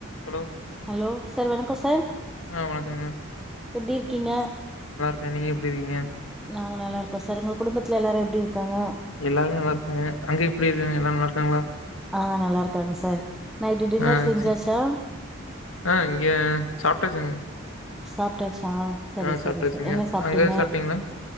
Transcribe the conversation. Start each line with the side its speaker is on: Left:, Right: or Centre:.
Left: Hello
Centre: hello sir வணக்கோ sir
Left: ஆ வணக்கங்க மேம்
Centre: எப்டிர்க் கீங்க
Left: கே நீங் எப்டி இர்க்கீங்க
Centre: நாங்க நல்லாருக்கோ சார் உங்க குடும்பத்ல எல்லாரோ எப்டி இருக்காங்க
Left: எல்லார்மே நல்லார்க்காங்க அங்க எப்டி இர்க்காங்க எல்லா நல்லா இர்க்காங்களா
Centre: ஆ நல்லார்க்காங்க சார் நைட்டு டின்னர்
Left: ஆ
Centre: செஞ்சாச்சா
Left: செரி ஆ இங்க சாப்ட்டாச்சுங்க
Centre: சாப்ட்டாச் ஆ சரி
Left: ஆ
Centre: சரி
Left: சாப்ட்டாச்சுங்க
Centre: சரி என்ன சாப்ட்டீங்க
Left: அங்க சாப்ட்டீங்களா